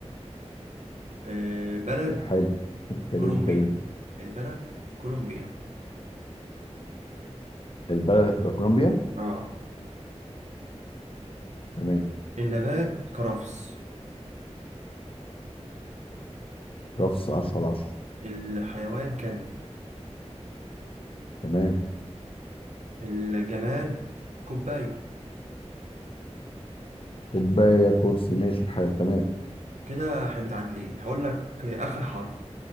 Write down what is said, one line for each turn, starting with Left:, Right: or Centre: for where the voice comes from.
Right: آه بلد
Left: حلو <laughs> كريم
Right: كولومبيا
Left: وكريم
Right: البلد كولومبيا
Left: البلد هتبقى كولومبيا
Right: اه
Left: تمام
Right: النبات كرفس
Left: رفس 10 على 10
Right: الحيوان كلب
Left: تمام
Right: الجماد كوباية
Left: كوبايه كرسي ماشي الحال تمام
Right: كده احنا متعادلين هقول لك آخر حرف